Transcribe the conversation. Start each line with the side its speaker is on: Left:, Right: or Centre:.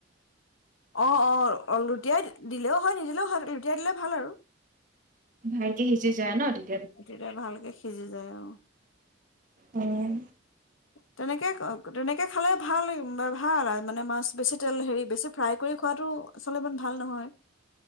Left: অ অ লুটিয়াই দিলেও হয় নিজিলেও হয় লুটিয়াই দিলে ভাল আৰু
Right: ভালকে সিজি যায় ন তে
Left: দুটাই ভালকে সিজি যায় অ
Right: উম
Left: তেনেকে তেনেকে খালে ভাল ভাল মানে মাছ বেছি তেল হেৰি বেছি ফ্ৰাই কৰি খোৱাটো আচলতে ইমান ভাল নহয়